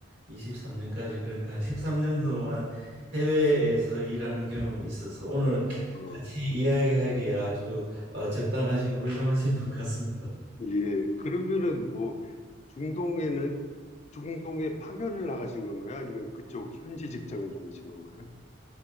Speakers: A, on the right; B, on the left.
A: 23년까지 그러니까 한 13년 동안 해외에서 일하는 경험이 있어서 오늘
B: 어,
A: 같이 이야기하기에 아주 어, 적당하시고 훌륭하신 분 같습니다.
B: 예. 그러면은 뭐, 중동에는, 중동에 파견을 나가신 건가요? 아니면 그쪽 현지 직장을 다니신 건가요?